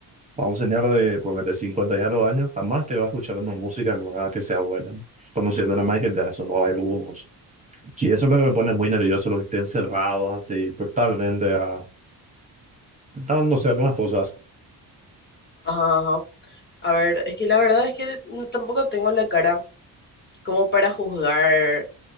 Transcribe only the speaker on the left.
Ajá, ajá. A ver, es que la verdad es que no- tampoco tengo la cara como para juzgar,